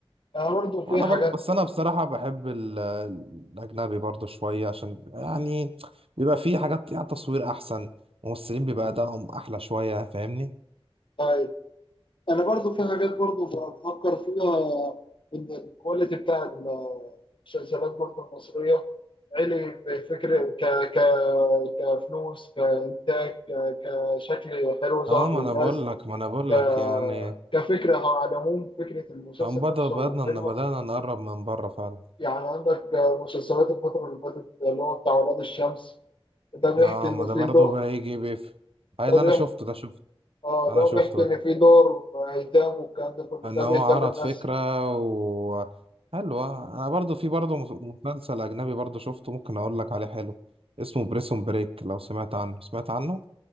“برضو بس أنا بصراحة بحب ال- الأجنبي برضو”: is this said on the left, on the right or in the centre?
Right